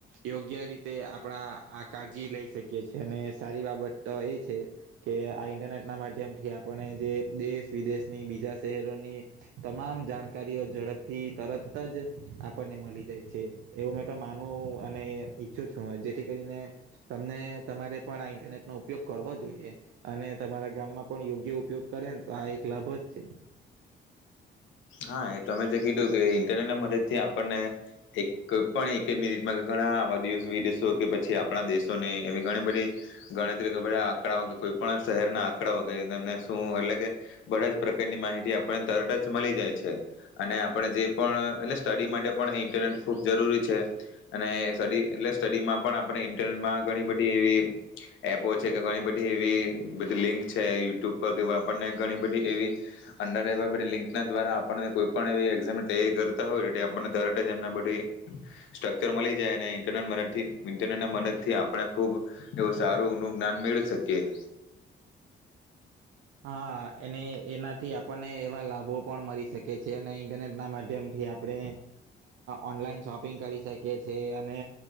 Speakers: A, on the right (about 80°); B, on the left (about 75°).
A: યોગ્ય રીતે આપણા આ કાળજી લઈ શકીએ છેીએ અને સારી બાબત તો એ છે કે આ ઇન્ટરનેટ ના માધ્યમથી આપણે જે દેશ વિદેશની બીજા શહેરોની તમામ જાણકારીઓ ઝડપથી તરત જ આપણને મળી જાય છે એવું મેં તો માનું અને ઈચ્છું છું જેથી કરીને તમને તમારે પણ આ ઇન્ટરનેટ નો ઉપયોગ કરવો જોઈએ અને તમારા ગામમાં પણ યોગ્ય ઉપયોગ કરેને તો આ એક લાભ જ છે.
B: હા એ તમે જે કીધું કે ઇન્ટરનેટ મદદ થી આપણને એક કોઈ પણ એકચ મિનિટમાં ઘણા વાળ વિદેશો કે પછી આપણા દેશોને એવી ઘણી બધી ગણતરી બધા આંકડાઓ કોઈ પણ શહેરના આંકડાઓ કે એને શું એટલે કે બધા જ પ્રકારની માહિતી આપણને તરત જ મળી જાય છે. છે અને આપણે જે પણ એટલે સ્ટડી માટે પણ ઇન્ટરનેટ ખૂબ જરૂરી છે અને સ્ટડી એટલે સ્ટડીમાં પણ આપણે ઇન્ટરનેટમાં ઘણી બધી એવી એપો છે કે ઘણી બધી એવી બધી લિંક છેએ <unintelligible> આપને ઘણી બધી એવી અંડર એવી બધી લિંક ના દ્વારા આ આપણને કોઈ પણ એવી એક્ષામ ની તૈયારી કરતા હોય આપને તરત જ એમ બધી સ્ટ્રકચર મળી જાય અને ઈન્ટરનેટ ઇન્ટરનેટના મદદ થી આપને ખુબ એવું સારું ઓ નુ જ્ઞાન મેળવી શકીએ
A: હા એને એનાથી આપણને એવા લાભો પણ મળી શકે છે અને ઇન્ટરનેટ ના માધ્યમ થી આપણે ઓનલાઈન શોપિંગ કરી શકીએ છીએ અને